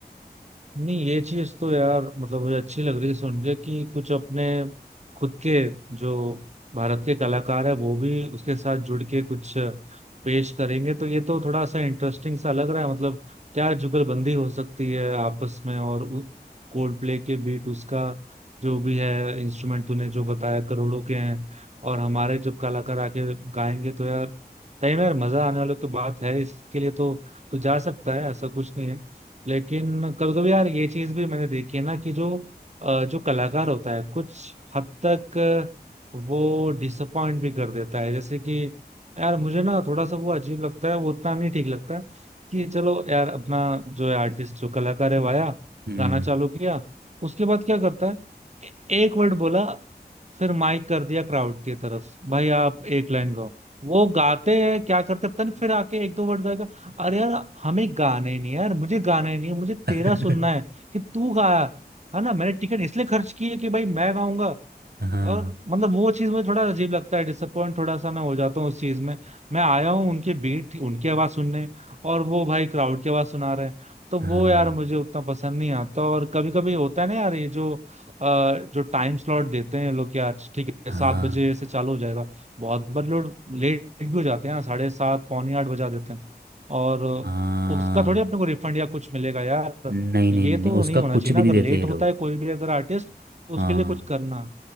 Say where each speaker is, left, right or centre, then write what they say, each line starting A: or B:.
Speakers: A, on the right (about 40°); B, on the right (about 65°).
A: नहीं ये चीज तो यार मतलब मुझे अच्छी लग रही है सुन के कि कुछ अपने खुद के जो भारत के कलाकार है वो भी उसके साथ जुड़ के कुछ पेश करेंगे तो ये तो थोड़ा सा इंटरेस्टिंग सा लग रहा है मतलब क्या जुगलबंदी हो सकती है आपस में और कोल्ड प्ले के बीट उसका जो भी है इंस्ट्रूमेंट तूने जो बताया करोड़ों के हैं और हमारे जब कलाकार आके गाएंगे तो यार सही में यार मजा आने वाला तो बात है इसके लिए तो तो जा सकता है ऐसा कुछ नहीं है लेकिन कभी कभी यार ये चीज भी मैंने देखी है ना कि जो अ, जो कलाकार होता है कुछ हद तक अ, वो डिसअपॉइंट भी कर देता है जैसे कि यार मुझे ना थोड़ा सा वो अजीब लगता है वो उतना नहीं ठीक लगता है कि चलो यार अपना जो है आर्टिस्ट जो कलाकार है वो आया
B: हम्म
A: गाना चालू किया उसके बाद क्या करता है ए- एक वर्ड बोला फिर माइक कर दिया क्राउड की तरफ भाई आप एक लाइन गाओ वो गाते हैं क्या करते हैं पता नहीं फिर आके एक दो वर्ड गाएगा अरे यार हमें गाना ही नहीं है यार मुझे गाना ही नहीं है मुझे
B: <laughs>
A: तेरा सुनना है कि तू गाया है ना मैंने टिकट इसलिए खर्च की है कि भाई मैं गाऊंगा
B: हाँ
A: और मतलब वो चीज मुझे थोड़ा अजीब लगता है डिसअपॉइंट थोड़ा सा मैं हो जाता हूँ उस चीज में मैं आया हूँ उनके बीट उनकी आवाज सुनने और वो भाई क्राउड की आवाज सुना रहे हैं तो वो
B: हाँ
A: यार मुझे उतना पसंद नहीं आता और कभी कभी होता है ना यार ये जो अ, जो टाइम स्लॉट देते हैं लोग यार ठीक है
B: हाँ
A: सात बजे से चालू हो जाएगा बहुत बार लोग लेट भी हो जाते हैं यार, साढ़े सात पौने आठ बजा देते हैं और
B: हाँ
A: उसका थोड़ी अपने को रिफंड या कुछ मिलेगा यार
B: नहीं
A: ये
B: नहीं नहीं नहीं
A: तो
B: उसका
A: नहीं होना
B: कुछ
A: चाहिए
B: भी
A: ना अगर
B: नहीं देते
A: लेट
B: ये
A: होता
B: लोग
A: है कोई भी अगर आर्टिस्ट तो उसके
B: हाँ
A: लिए कुछ करना